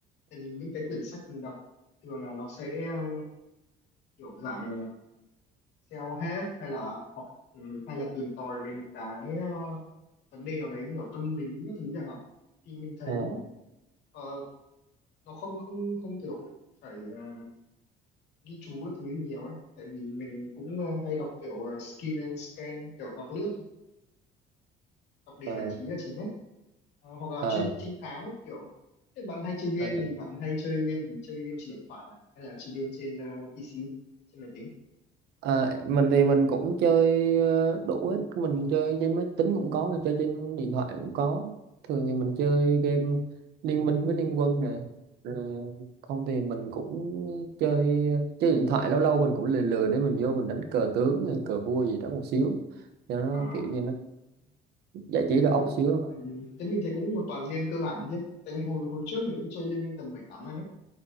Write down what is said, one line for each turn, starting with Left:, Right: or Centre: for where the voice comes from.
Left: tại vì những cái quyển sách mình đọc thường là nó sẽ ờ, kiểu dạng self-help hay là học ừ, hay là tìm tòi về một cái ờ, vấn đề nào đấy như kiểu tâm lý các thứ chẳng hạn thì mình thấy
Right: Ờ,
Left: ờ, nó không không không kiểu phải ờ, ghi chú các thứ gì nhiều ấy tại vì mình cũng ờ, hay đọc kiểu ờ, skin and scan kiểu đọc lướt đọc để
Right: ờ,
Left: giải trí là chính ấy Ờ, hoặc là
Right: ờ.
Left: trên trinh thám ấy, kiểu thế bạn hay chơi game
Right: ờ.
Left: thì bạn hay chơi game chơi game trên điện thoại à? hay là chơi game trên ờ, PC trên máy tính
Right: Ờ, mình thì mình cũng chơi ờ, đủ ấy. Mình chơi trên máy tính cũng có, chơi trên điện thoại cũng có. Thường thì mình chơi game Liên Minh với Liên Quân nè. Rồi không thì mình cũng chơi chơi điện thoại lâu lâu mình cũng lười lười để mình vô mình đánh cờ tướng, hay cờ vua gì đó một xíu. Cho nó
Left: À,
Right: kiểu như nó giải trí
Left: thế
Right: đầu
Left: cũng
Right: óc xíu.
Left: ừ, thế mình thấy cũng một toàn game cơ bản chứ tại vì hồi hồi trước mình cũng chơi Liên Minh tầm bảy tám năm ấy